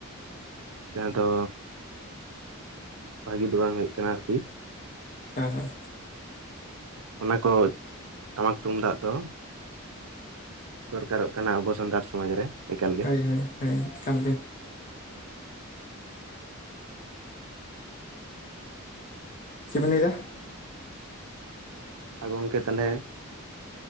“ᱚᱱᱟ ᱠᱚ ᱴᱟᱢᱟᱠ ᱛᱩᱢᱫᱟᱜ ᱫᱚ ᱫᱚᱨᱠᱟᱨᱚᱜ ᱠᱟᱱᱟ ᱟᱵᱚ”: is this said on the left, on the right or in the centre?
Right